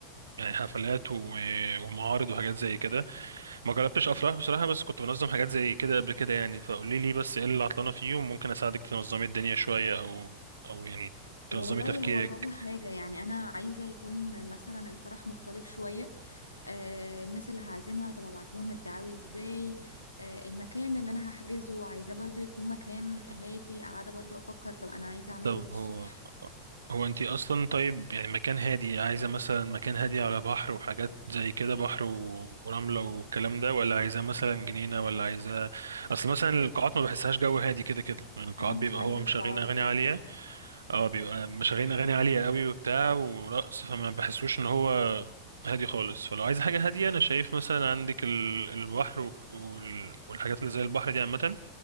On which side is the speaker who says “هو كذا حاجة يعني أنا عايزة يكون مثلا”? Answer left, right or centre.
Left